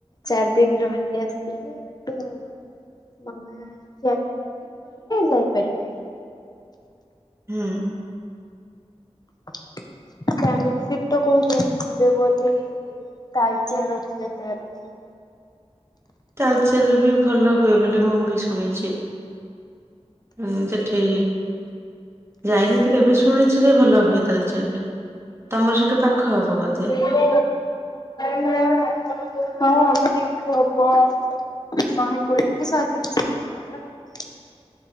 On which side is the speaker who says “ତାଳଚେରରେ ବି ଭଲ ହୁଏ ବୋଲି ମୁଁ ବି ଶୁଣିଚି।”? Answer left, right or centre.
Right